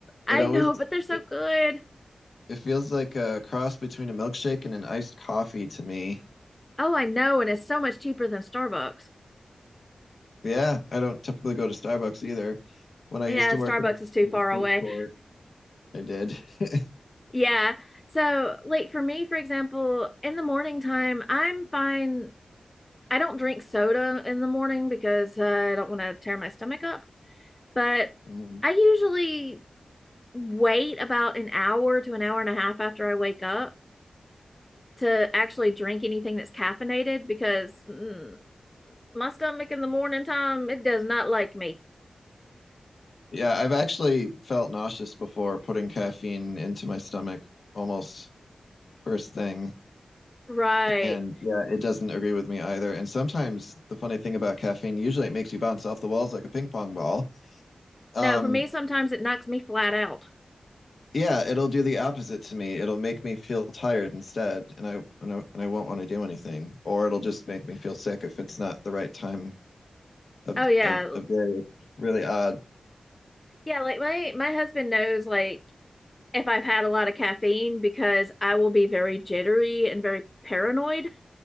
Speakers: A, on the left; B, on the left.
A: It always
B: know, but they're so
A: it
B: good.
A: it feels like a cross between a milkshake and an iced coffee to me.
B: Oh, I know. And it's so much cheaper than Starbucks.
A: Yeah, I don't typically go to Starbucks either. When I
B: Yeah,
A: used to
B: Starbucks
A: work in,
B: is too
A: in
B: far
A: the food
B: away.
A: court, I did. <laughs>
B: Yeah. So, like for me, for example, in the morning time, I'm fine I don't drink soda in the morning because uh, I don't want to tear my stomach up, but
A: Mhm.
B: I usually wait about an hour to an hour and a half after I wake up to actually drink anything that's caffeinated because mm, my stomach in the morning time, it does not like me.
A: Yeah, I've actually felt nauseous before putting caffeine into my stomach almost first thing.
B: Right.
A: And yeah, it doesn't agree with me either. And sometimes the funny thing about caffeine, usually it makes you bounce off the walls like a ping pong ball. Um,
B: No, for me, sometimes it knocks me flat out.
A: yeah, it'll do the opposite to me. It'll make me feel tired instead, and I and I, and I won't want to do anything, or it'll just make me feel sick if it's not the right time of
B: Oh, yeah.
A: of of day. It's really odd.
B: Yeah, like my my husband knows like if I've had a lot of caffeine because I will be very jittery and very paranoid. <laughs>